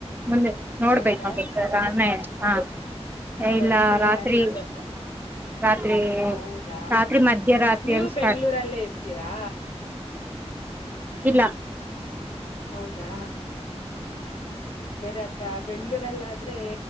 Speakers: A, on the right; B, on the left.
A: ಮುಂದೆ ನೋಡ್ಬೇಕಾ
B: ಹೌದಾ
A: <unintelligible> ಹಾ
B: ಬರುತ್ತೆ
A: ಇಲ್ಲ ರಾತ್ರಿ
B: ಅಂತ ಗೊತ್ತ
A: ರಾತ್ರಿ
B: ಹೌದಾ
A: ರಾತ್ರಿ ಮಧ್ಯ ರಾತ್ರಿ
B: ನೀವು
A: ಅನ್ಸುತ್ತೆ
B: ಬೆಂಗ್ಳೂರಲ್ಲೇ ಇರ್ತೀರಾ
A: ಇಲ್ಲ
B: ಹೌದಾ ಬೇರೆ ಹತ್ರ ಬೆಂಗ್ಳೂರಲ್ಲ ಆದ್ರೆ